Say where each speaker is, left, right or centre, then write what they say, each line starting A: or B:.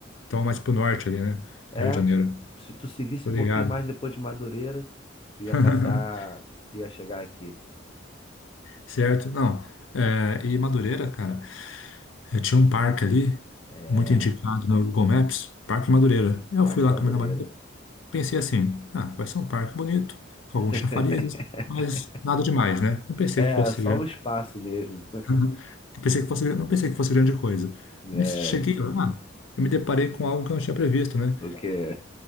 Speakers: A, on the left; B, on the left.
A: Então, mais pro norte ali, né?
B: É,
A: Do Rio de Janeiro.
B: se tu seguisse
A: Tô ligado.
B: um pouquinho mais depois de Madureira, tu ia
A: <laughs>
B: passar, tu ia chegar aqui.
A: Certo? Não. É, e Madureira, cara, é, tinha um parque ali,
B: É,
A: muito indicado no Google Maps, Parque Madureira. Eu
B: Parque
A: fui lá
B: Madureira.
A: com a minha namorada, pensei assim, ah, vai ser um parque bonito, com
B: <laughs>
A: alguns chafarizes, mas nada demais, né? Não pensei
B: É,
A: que fosse
B: só
A: grande,
B: um espaço mesmo.
A: <laughs> não pensei que fosse, não pensei que fosse grande coisa.
B: É,
A: Mas cheguei lá, eu me deparei com algo que eu não tinha previsto, né?
B: o quê?